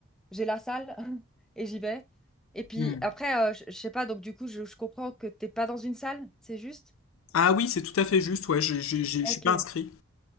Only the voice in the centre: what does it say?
j'ai la salle <laughs> et j'y vais. Et puis
après, euh, je je sais pas, donc du coup, je, je comprends que t'es pas dans une salle, c'est juste?
Ok.